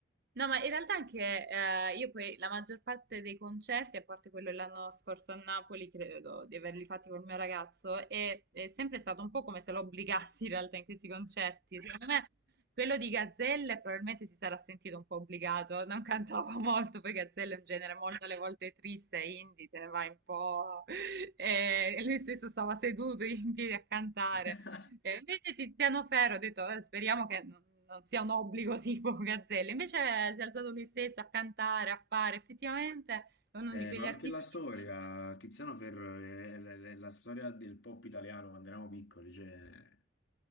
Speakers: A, on the right (about 55°); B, on the left (about 75°).
A: No, ma in realtà anche eh, io poi la maggior parte dei concerti, a parte quello dell'anno scorso a Napoli, credo di averli fatti col mio ragazzo, è, è sempre stato un po' come se lo obbligassi in realtà in questi concerti. Secondo me quello di Gazzelle probabilmente si sarà sentito un po' obbligato, non cantava <laughs> molto, poi Gazzelle è un genere molto alle volte triste, indie, te ne vai un po'. <laughs> E lui stesso stava seduto in piedi a cantare.
B: <laughs>
A: E invece Tiziano Ferro, ho detto, "Eh, speriamo che non non sia un obbligo <laughs> tipo Gazzelle. Invece eh, si è alzato lui stesso a cantare, a fare. Effettivamente è uno
B: Eh,
A: di quegli
B: ma perché
A: artisti
B: la storia,
A: che... prende.
B: Tiziano Ferro è, è- è la storia del pop italiano quando eravamo piccoli, cioè...